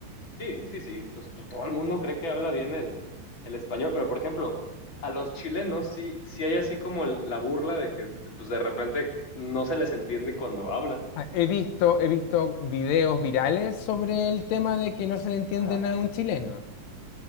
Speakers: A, on the left; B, on the left.
A: Sí, sí, sí. Entonces to- todo el mundo cree que habla bien el, el español, pero por ejemplo, a los chilenos sí, sí hay así como el- la burla de que de- pues, de repente no se les entiende cuando hablan.
B: Ah, He visto, he visto videos virales sobre el tema de que no se le entiende
A: Ajá.
B: nada a un chileno,